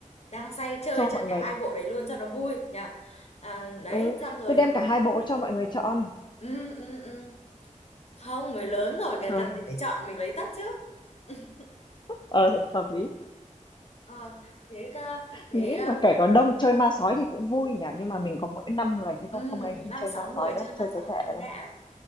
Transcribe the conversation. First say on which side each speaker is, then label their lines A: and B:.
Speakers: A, on the left; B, on the left.
A: đang say chơi
B: cho
A: chơi
B: mọi
A: cả
B: người
A: hai bộ đấy luôn cho nó vui nhỉ à, đấy
B: ừ,
A: xong rồi
B: cứ đem cả 2 bộ cho mọi người chọn
A: ừ, ừ, ừ. không người lớn rồi kìa,
B: là
A: cần gì phải chọn mình lấy tất chứ <laughs>
B: ờ, hợp lý.
A: Ờ, thế cơ- thế
B: Nghĩ
A: ờ,
B: mà kể có đông chơi ma sói thì cũng vui nhỉ, nhưng mà mình có mỗi 5 người thế
A: ừm,
B: thôi, không ấy không
A: năm
B: chơi
A: sáu
B: ma
A: người
B: sói nữa,
A: chơi
B: chơi
A: ma
B: cái
A: sói
B: thẻ
A: không có đã
B: này.